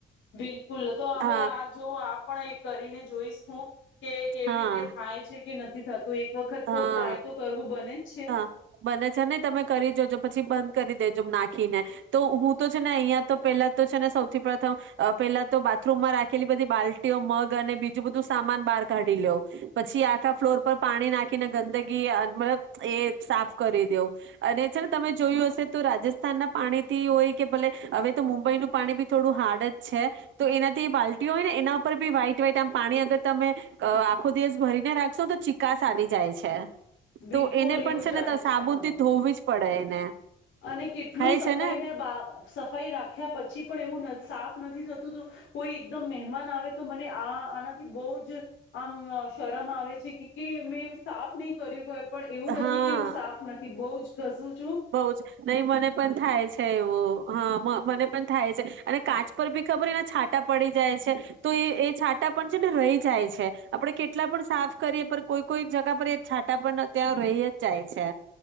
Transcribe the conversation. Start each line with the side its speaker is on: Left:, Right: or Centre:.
Left: બિલકુલ તો હવે
Right: હા
Left: આ જો આપન એક કરીને જોઈશ હું. કે કેવી
Right: હા
Left: રીતે થાય છે કે નથી તો એક વખત
Right: હા
Left: તો ટ્રાય તો કરવું બને. છે
Right: હા બને છે ને તમે કરી જોજો પછી બ બંદ કરી દેજો નાખીને તો હું તો છે ને અહિયાં તો પેલા તો છે ને સૌથી પ્રથમ અહ પેલા તો બાથરૂમમાં રાખેલી બધી બાલ્ટઓ, મગ અને બીજું બધું સામાન બહાર કાઢી લેવ, પછી આખા ફ્લોર પર પાણી નાખીને ગંદગી મતલબ એ સાફ કરી દેવ અને છે ને તમે જોયું હશે તો રાજસ્થાનના પાણીથી હોય કે ભલે હવે તો મુંબઈનું પાણી બી થોડું હાર્ડ જ છે, તો એનાથી બાલ્ટીઓ હોય ને એના ઉપર બી વ્હાઈટ વ્હાઈટ આમ પાણી અગર તમે આખો દિવસ ભરીને રાખશોને તો ચિકાસ આવી જાય છે.
Left: બિલકુલ
Right: તો એને પણ
Left: એવું
Right: છે
Left: જાય
Right: ને ત સાબુન
Left: હા
Right: થી ધોવી જ પડે એને.
Left: અને કેટલું
Right: થાય
Left: સફાઈ
Right: છે
Left: ને બા સફાઈ રાખ્યા પછી પણ એવુંન સાફ ન નથી થતું તો કોઈ એકદમ મહેમાન આવે તો મને આ આનાથી બહુ જ આમ શરમ આવે છે કે કે મેં સાફ નહી કર્યું હોય પણ એવું
Right: હા
Left: નથી કે હું સાફ નથી બઉ જ <unintelligible> ચૂપ.
Right: બઉ નહી મને પણ થાય છે. એવો હા મને પણ થાય છે. અને કાચ પર બી ખબર, એના છાંટા પડી જાય છે. તો એ એ છાંટા પણ રહી જાય છે. આપણે કેટલા પણ સાફ કરીએ, છતાં કોઈ-કોઈ જગ્યા પર એ છાંટા ત્યાં રહી જ જાય છે.